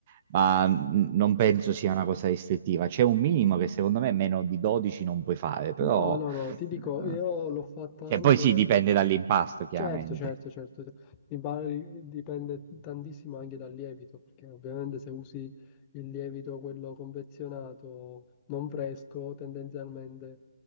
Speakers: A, on the right (about 30°); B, on the left (about 20°).
A: ma n- non penso sia una cosa restrittiva. C'è un minimo che secondo me meno di 12 non puoi fare, però...
B: No, no, no,
A: eh,
B: ti dico, io l'ho fatta
A: cioè,
B: anche...
A: poi sì, dipende dall'impasto, chiaramente.
B: Certo, certo, certo. Il bar dipende tantissimo anche dal lievito, perché ovviamente se usi il lievito, quello confezionato, non fresco, tendenzialmente,